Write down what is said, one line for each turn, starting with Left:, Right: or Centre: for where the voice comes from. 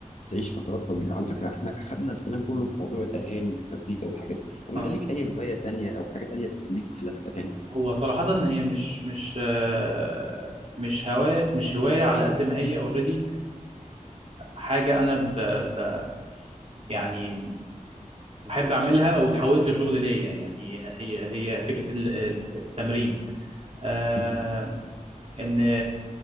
Left: بتعيش فترات طويله على فكره احنا اخذنا الكلام كله في موضوع الاغاني والمزيكا والحاجات دي طب انت
Right: اه
Left: ليك اي هوايه تانية او حاجه تانية بتسليك بخلاف الاغاني
Right: هو صراحه هي مش مش آه، مش هوايه مش هوايه على قد ما هي اوريدي حاجه انا ب... ب... يعني بحب اعملها وتحولت لشغل ليا يعني هي هي فكره ال- ال- التمرين آه،
Left: <laughs>
Right: ان